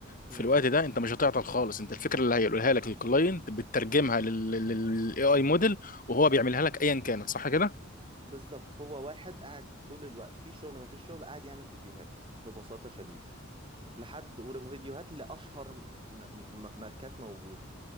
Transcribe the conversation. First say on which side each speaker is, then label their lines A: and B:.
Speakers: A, on the left (about 45°); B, on the right (about 25°).
A: في
B: مم.
A: الوقت ده انت مش هتعطل خالص انت الفكره اللي هيقولها لك للكلاينت بتترجمها للاي اي موديل وهو بيعملها لك ايا كانت صح كده
B: بالظبط هو واحد قاعد طول الوقت في شغل ما فيش شغل قاعد يعمل فيديوهات ببساطه شديده لحد وفيديوهات لاشهر م- م- م- ماركات موجوده